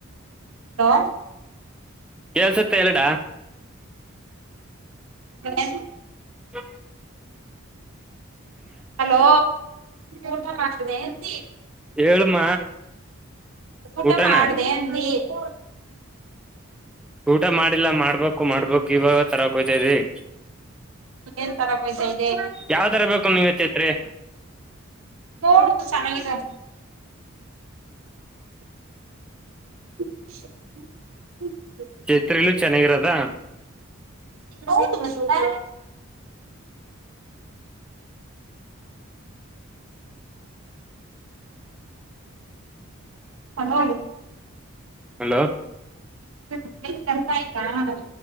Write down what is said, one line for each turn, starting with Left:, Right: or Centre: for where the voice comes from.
Right: ಹಲೋ
Centre: ಕೇಳ್ಸುತ್ತೆ ಹೇಳಣ್ಣ
Right: ಬಳೆ
Centre: ಹ
Right: ಹಲೋ ಊಟ ಮಾಡಂತ
Centre: ಹೇಳಮ್ಮ
Right: ಊಟ
Centre: ಊಟನ
Right: ಮಾಡ್ದ ಏನ್ ರಿ ಹೂ
Centre: ಊಟ ಮಾಡಿಲ್ಲ ಮಾಡ್ಬೇಕು ಮಾಡ್ಬೇಕು ಇವಾಗ ತರ ಹೋಗ್ತಾ ಇದೀವಿ
Right: ಏನ್ ತರಕ್ ಹೋಯ್ತಾ ಇದೆ
Centre: ಯಾವ್ ತರ ಬೇಕು ನಿಂಗ್ ಚೈತ್ರಿ
Right: ಕಡ ಚನ್ನಾಗಿ ಹ
Centre: ಚೈತ್ರಲ್ಲೂ ಚೆನ್ನಾಗಿರದ
Right: ಹೌದು ಮತ್ತೆ ಹಲೋ
Centre: ಹಲೋ
Right: ಕನ್ಯಕ